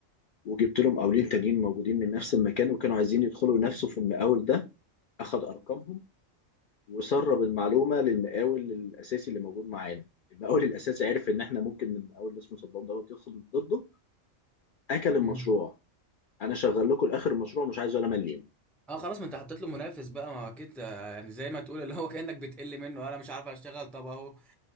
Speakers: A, on the left (about 70°); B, in the centre.
A: وجبت لهم قاولين تانيين موجودين من نفس المكان وكانوا عايزين يدخلوا نفسه في المقاول ده اخد ارقامهم وسرب المعلومه للمقاول الاساسي اللي موجود معانا المقاول الاساسي عرف ان احنا ممكن المقاول اللي اسمه صدام دوت يدخل ضده اكل المشروع
B: امم
A: انا شغال لكم لاخر المشروع مش عايز ولا مليم
B: اه خلاص ما انت حطيت له منافس بقى ما اكيد آه، يعني زي ما تقول اللي هو كانك بتقل منه انا مش عارف اشتغل طب اهو